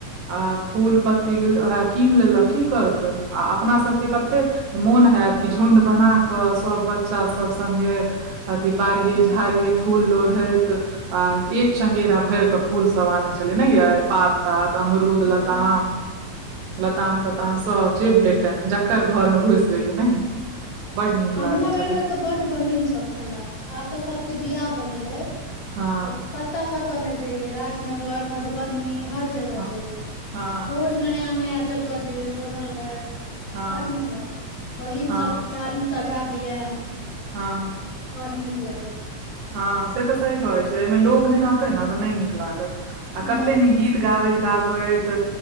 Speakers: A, on the right; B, on the left.
A: आ फूल पत्ती उहे कीन लेलक की करते आ अपना सब सबके कते मोन हैत कि झुण्ड बना कऽ सभ बच्चा सब संगे अथी बारिये
B: हँ बड
A: झाड़िये फूल लोढ़ैत आ एक चंगेरा आनै के फूल सब आनै छलिये नै यै पात तात अमरूद लताम
B: हँ
A: लताम तताम सब जे भेटए जकर घर मे घुसि जइयै नहि बड नीक
B: हमरा
A: लागै
B: बेर
A: छलै
B: मे तऽ बड्ड बहिन सब छले आब तऽ सबके बियाह भऽ गेले
A: हँ
B: आब कत्त कत्त नै जइयै राजनगर मधुबनी हर जगह
A: हँ
B: जैयै
A: हँ
B: रोज नया नया जगह जैये लोढ़ लै
A: हँ
B: बड्ड मोन लागल बहीन
A: हँ
B: सभ डाली सजा दिये
A: हँ
B: बड नीक लागे
A: हँ से तऽ सही कहे छैयै एहिमे लोक नहि रहते ने तऽ नहि नीक लागत आ कते
B: नहि
A: नीक गीत गाबैत गाबैत